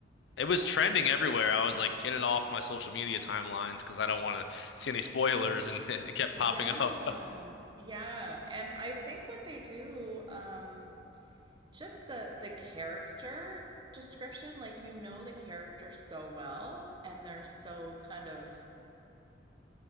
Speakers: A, on the left; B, on the right.
A: It was
B: Um,
A: trending everywhere. I was like, get it off my social media timelines because I don't want to see any spoilers, and <laughs> it kept popping
B: yeah,
A: up.
B: yeah. And I think what they do, um, just the the character description, like you know the character so well, and they're so kind of